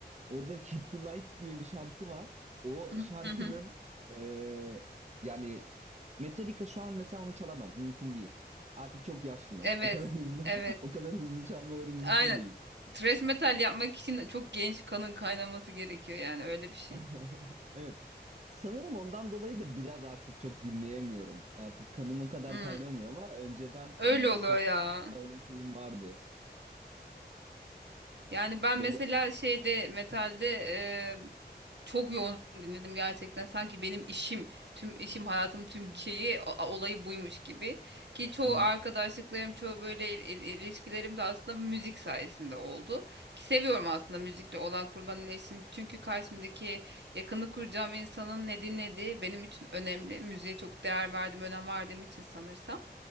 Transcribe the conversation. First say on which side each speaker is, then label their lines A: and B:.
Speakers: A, on the right; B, on the right.
A: Orada Hit the Lights diye bir şarkı var. O
B: Hı
A: şarkının
B: hı.
A: e, yani Metallica şu an mesela onu çalamaz. Mümkün değil. Artık çok yaşlılar.
B: Evet.
A: O kadar hızlı
B: Evet.
A: <laughs> o kadar hızlı çalmaları mümkün
B: Aynen.
A: değil.
B: Thrash metal yapmak için çok genç kanın kaynaması gerekiyor yani öyle bir şey.
A: <laughs> Evet. Sanırım ondan dolayı da biraz artık çok dinleyemiyorum. Artık kanım o kadar
B: Hı,
A: kaynamıyor ama önceden
B: Öyle
A: e,
B: oluyor
A: çok
B: ya.
A: fazla öyle şeyim vardı.
B: Yani ben
A: Böyle
B: mesela şeyde metalde
A: Hı
B: Çok yoğun dinledim gerçekten. Sanki benim işim, tüm işim, hayatım, tüm şeyi, o- olayı buymuş gibi. Ki çoğu
A: hı,
B: arkadaşlıklarım, çoğu böyle il- il- ilişkilerim de aslında müzik sayesinde oldu. Ki seviyorum aslında müzikle olan kurulan iletişim. Çünkü karşımdaki yakını kuracağım insanın ne dinlediği benim için önemli. Müziğe çok değer verdim, önem verdiğim için sanırsam.